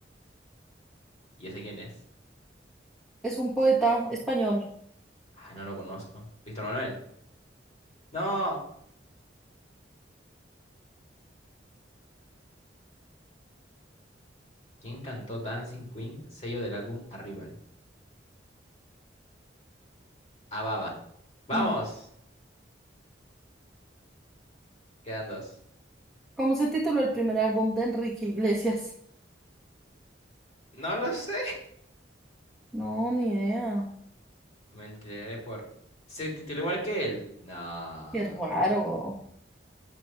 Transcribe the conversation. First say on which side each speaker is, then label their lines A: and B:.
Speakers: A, on the left (about 35°); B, in the centre.
A: ¿Y ese quién es?
B: es un poeta español.
A: Ah, no lo conozco. Víctor Manuel. ¡No! ¿Quién cantó Dancing Queen, sello del álbum Arrival? Ababa. ¡Vamos!
B: Mm.
A: Quedan dos.
B: ¿Cómo se tituló el primer álbum de Enrique Iglesias?
A: No lo sé.
B: No, ni idea.
A: Me enteré por... ¿Se tituló igual que él? No. Ah.
B: Qué raro.